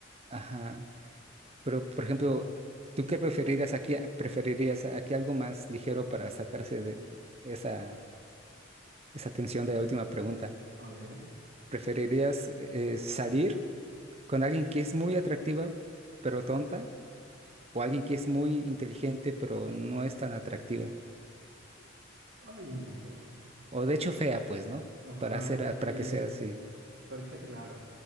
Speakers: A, on the right (about 30°); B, on the right (about 75°).
A: ajá. Pero, por ejemplo, ¿tú qué preferirías aquí? ¿Preferirías aquí algo más ligero para sacarse de esa, esa tensión de la última pregunta?
B: A ver.
A: ¿Preferirías eh, salir con alguien que es muy atractiva pero tonta? ¿O alguien que es muy inteligente pero no es tan atractiva?
B: Ay, en la torre.
A: O de hecho fea, pues, ¿no?
B: Ajá,
A: Para hacer, a- para
B: sí,
A: que sea así.
B: para que sea claro.